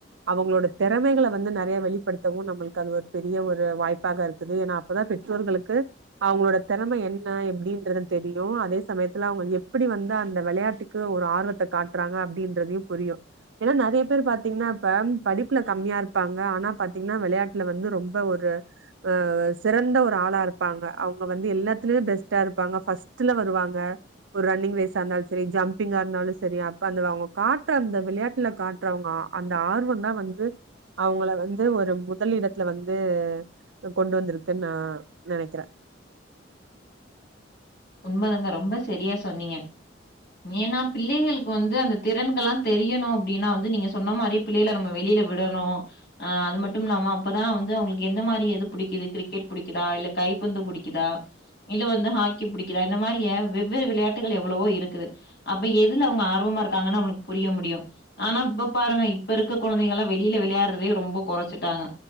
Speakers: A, on the right; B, on the left.
A: அவுங்களோட தெறமைகள வந்து நறைய வெளிப்படுத்தவு நம்மள்க்கு அது ஒரு பெரிய ஒரு வாய்ப்பாக இருக்குது ஏனா அப்பதா பெற்றோர்களுக்கு அவுங்களோட தெறம என்ன எப்டி ங்கிறதுன் தெரியு அதே சமயத்துல அவுங்க எப்பிடி வந்து அந்த வெளையாட்டுக்கு ஒரு ஆர்வத்த காட்றாங்க அப்டின்றதியு புரியு ஏனா நறைய பேரு பாத்திங்னா இப்ப படிப்புல கம்மியா இருப்பாங்க ஆனா பாத்திங்னா வெளையாட்ல வந் ரொம்ப ஒரு அ சிறந்த ஒரு ஆளா இருப்பாங்க அவுங்க வந்து எல்லாத்திலிமே பெஸ்ட்டாரு பாங்க ஃபஸ்டுல வருவாங்க ஒரு ரன்னிங் ரேஸா இருந்தாலு செரி ஜம்பிங்கா இருந்தாலு செரி அப்ப அந்த அவுங்க கா ட்ற அந்த விளையாட்ல காட்ற அவுங்க அ அந்த ஆர்வந்தா வந்து அவுங்கள வந்து ஒரு முதல் இடத்ல வந்து கொண்டு வந்திருக்குன் நா நெனைக்றே
B: ண்மதாங்க ரொம்ப செரியா சொன்னீங்க ஏனா பிள்ளைகளுக்கு வந்து அந்த திறன்கள்லா தெரியணு அப்டினா வந்து நீங்க சொன்ன மாரி பிள்ளைகள நம்ம வெளி கீழ விடணு ஆ அது மட்டு இல்லாம அப்பதா வந்து அவங்களுக்கு எந்த மாரி எது புடிக்குது கிரிக்கெட் புடிக்குதா இல்ல கைப்பந்து புடிக்குதா இல்ல வந்து ஹாக் கி புடிக்குதா இந்த மாரிய வெவ்வேறு விளையாட்டுகள் எவ்வளவோ இருக்குது அப்ப எதுல அவங்க ஆர்வமா இருக்காங்கன்னு நமக் புரிய செய்ய முடியு ஆனா இப்ப பாருங்க இப்ப இருக்க குழந்தைங்கல்லா வெளியில விளையாட்றதே ரொம்ப கொறைச்சிட்டாங்க